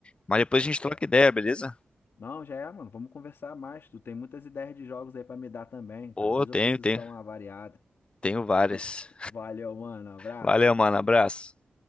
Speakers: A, on the left; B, on the left.
A: Mas depois
B: tá
A: a gente
B: certo.
A: troca ideia, beleza?
B: Não, já é, mano, vamos conversar mais. Tu tem muitas ideias de jogos aí pra me dar também.
A: Pô,
B: Às vezes
A: tenho,
B: eu preciso
A: tenho,
B: dar uma variada.
A: tenho várias.
B: <laughs> Valeu, mano, abraço.
A: Valeu, mano. Abraço.